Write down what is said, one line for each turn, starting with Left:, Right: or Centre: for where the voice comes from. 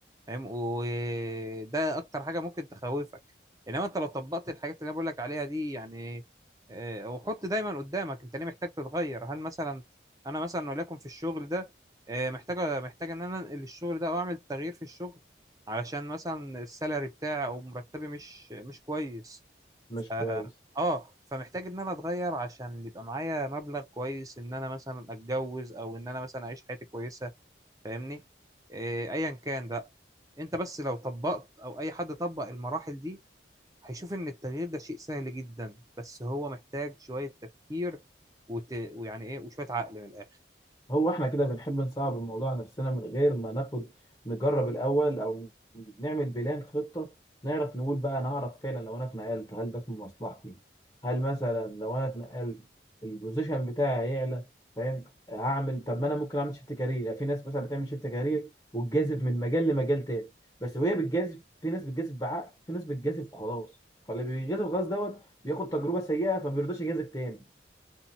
Right: فاهم وده اكتر حاجه ممكن تخوفك انما انت لو طبقت الحاجات اللي انا بقول لك عليها دي يعني آه، وحط دايما قدامك انت ليه محتاج تتغير هل مثلا انا مثلا وليكن في الشغل ده آه، محتاج محتاج ان انا انقل الشغل ده او اعمل تغيير في الشغل علشان مثلا السالري بتاعي او مرتبي مش مش كويس
Left: مش
Right: ف...
Left: كويس
Right: اه فمحتاج ان انا اتغير عشان يبقى معايا مبلغ كويس ان انا مثلا اتجوز او ان انا مثلا اعيش حياتي كويسه فاهمني إيه، ايا كان بقى انت بس لو طبقت او اي حد طبق المراحل دي هيشوف ان التغيير ده شيء سهل جدا بس هو محتاج شوية تفكير وت... ويعني ايه وشوية عقل من الاخر
Left: هو احنا كده بنحب نصعب الموضوع على نفسنا من غير ما ناخد نجرب الاول او نعمل بلان خطة نعرف نقول بقى انا اعرف فعلا لو انا اتنقلت هل ده في مصلحتي هل مثلا لو انا اتنقلت البوزيشن بتاعي هيعلى فاهم هعمل طب ما انا ممكن اعمل شيفت كارير في ناس مثلا بتعمل شيفت كارير وتجازف من مجال لمجال تاني بس وهي بتجازف في ناس بتجازف بعقل في ناس بتجازف خلاص فاللي بيجازف خلاص دوت بياخد تجربة سيئة فما بيرضاش يجازف تاني